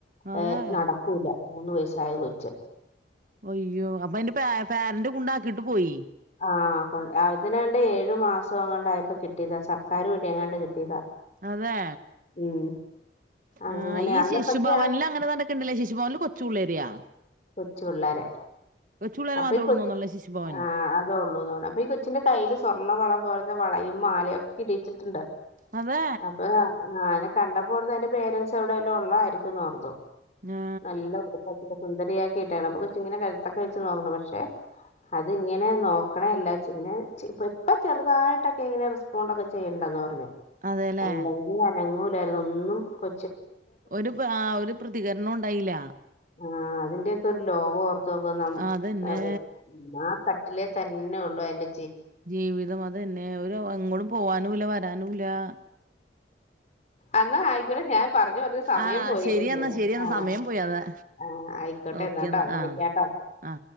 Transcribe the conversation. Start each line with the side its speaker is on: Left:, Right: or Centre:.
Right: അതെ
Left: ഏഹ് നടക്കൂല മൂന്ന് വയസായ കൊച്ച
Right: അയ്യോ അപ്പൊ അന്റെ പ പാരന്റ് കൊണ്ടാക്ക കിട്ട് പോയി
Left: ആ കൊ ഇതിനണ്ട് ഏഴു മാസം അങ്ങണ്ടയിപ്പോ കിട്ടിയതാ സർക്കാർ വീടി എങ്ങാണ്ട് കിട്ടിയതാ
Right: അതെ
Left: ഉം അങ്ങനെ
Right: ആ ഈ
Left: അന്ന്
Right: ശിശുഭവനിൽ
Left: പക്ഷെ ആ
Right: അങ്ങനെ നടക്കണ്ടല്ലേ ശിശുഭവനിൽ കൊ ചുളരിയാ
Left: കൊച്ചു പിള്ളേരെ
Right: പിള്ളേരെ
Left: അപ്പൊ
Right: മാത്രേ
Left: ഈ
Right: ഉള്ളൂന്ന്
Left: കൊച്ചി
Right: തോന്നുന്നല്ലേ ശിശുഭവൻ
Left: ആ അതള്ളൂന്ന് അപ്പൊ ഈ കൊച്ചിന്റെ കയ്യിൽ സ്വർണ്ണ വളം പോലത്തെ വളയും മാലയും ഒക്കെ ഇടിച്ചിട്ടുണ്ട്
Right: അതെ
Left: അപ്പൊ അതിന കണ്ടപ്പോ പ്പോർത്ത് അയ്‌ന്റെ പേരൻസ് അവിടെവല്ലോം ഉള്ളായിരിക്കുംന്നോർത്തു
Right: ആ
Left: നല്ല ഉടുപ്പൊക്കെട്ട് സുന്ദരിയാ <unintelligible> കൊച്ച്ങ്ങനെ കഴുത്തൊക്കെ ക്ക്ണ് പക്ഷെ അത്ങ്ങനെ നോക്കണേ എല്ലാ ച്ച് ഇങ്ങനെ ഇപ്പ ചെറുതായിട്ടൊക്കെ ഇങ്ങനെ റെസ്പോണ്ട് ഒക്കെ ചെയ്യ്ണ്ടെന്നാ പറഞ്ഞ്
Right: അതെല്ലേ
Left: അല്ലെങ്കി അനങ്ങൂല അതൊന്നും കൊ
Right: ഒരു ആ ഒരു പ്രതികരണംണ്ട് തൈല
Left: ആ അതിന്റെയൊക്കെ ഒരു ലോകം ഓർക്ക
Right: ആ, അതന്നെ
Left: <unintelligible> കട്ടിലേ തന്നെ ഉള്ളു അയിൻ്റെ
Right: ജീവിതം അത് തന്നെ ഒരു എങ്ങോടും പോവാനും ഇല്ല വരാനും ഇല്ല നുമില്ല
Left: എന്നാ ആയിക്കോട്ടെ ഞാൻ പറഞ്ഞു പറഞ്ഞു സമയം
Right: ആ
Left: പോയി
Right: ശരിയെന്നാ ശരിയെന്നാ
Left: ആഹ്
Right: സമയം പോയി അതാ
Left: ആഹ് ആയിക്കോട്ടെ
Right: ഓക്കെന്നാ
Left: എന്നാട്ടോ വിളിക്കാട്ടോ
Right: ആ ആ